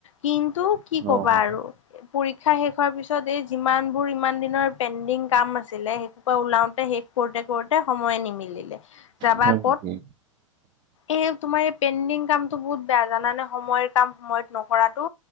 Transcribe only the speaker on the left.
কিন্ত টো কি ক'বা
আৰু পৰীক্ষা শেষ হোৱাৰ পিছত এই যিমান বোৰ ইমান দি পেণ্ডিং কাম আছিলে সেইটো ৰ পৰা ওলাওতে শেষ কৰোতে কৰোতে সময়ে নিমিলিলে। যাবা
ক'ত?
এই তোমাৰ পেণ্ডিং কামতো বহুত বেয়া জানানে সময়ৰ কাম সময়ত নকৰাটো।